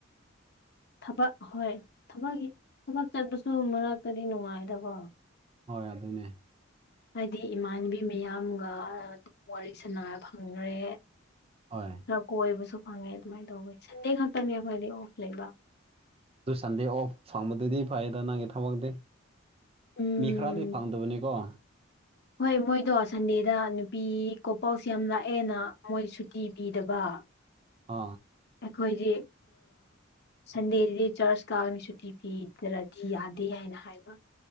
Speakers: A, on the left; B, on the right.
A: ꯊꯕꯛ ꯍꯣꯏ ꯊꯕꯛ ꯊꯕꯛ ꯆꯠꯄꯁꯨ ꯃꯔꯛꯇꯗꯤ ꯅꯨꯡꯉꯥꯏꯗꯀꫭ
B: ꯍꯣꯏ ꯑꯗꯨꯅꯦ
A: ꯍꯥꯏꯗꯤ ꯏꯃꯥꯟꯅꯕꯤ ꯃꯌꯥꯝꯒ ꯑꯗꯨꯝ ꯋꯥꯔꯤ ꯁꯥꯟꯅꯔ ꯐꯪꯒ꯭ꯔꯦ
B: ꯍꯣꯏ
A: ꯀꯣꯏꯕꯁꯨ ꯐꯪꯉꯦ ꯑꯗꯨꯃꯥꯏꯅ ꯇꯧꯕ ꯁꯟꯗꯦ ꯈꯛꯇꯅꯦ ꯑꯩꯈꯣꯏꯗꯤ ꯑꯣꯐ ꯂꯩꯕ
B: ꯑꯗꯨ ꯁꯟꯗꯦ ꯑꯣꯐ ꯐꯪꯕꯗꯨꯗꯤ ꯐꯩꯌꯦꯗ ꯅꯪꯒꯤ ꯊꯕꯛꯗꯤ
A: ꯎꯝ
B: ꯃꯤ ꯈꯔꯗꯤ ꯐꯪꯗꯕꯅꯤꯀꯣ
A: ꯍꯣꯏ ꯃꯣꯏꯗꯣ ꯁꯟꯗꯦꯗ ꯅꯨꯄꯤ ꯀꯣꯄꯜꯁ ꯌꯥꯝ ꯂꯥꯛꯑꯦꯅ ꯃꯣꯏ ꯁꯨꯇꯤ ꯄꯤꯗꯕ
B: ꯑ
A: ꯑꯩꯈꯣꯏꯗꯤ ꯁꯟꯗꯦꯗꯗꯤ ꯆ꯭ꯔꯆ ꯀꯥꯕꯒꯤ ꯁꯨꯇꯤ ꯄꯤꯗ꯭ꯔꯗꯤ ꯌꯥꯗꯦ ꯍꯥꯏꯅ ꯍꯥꯏꯕ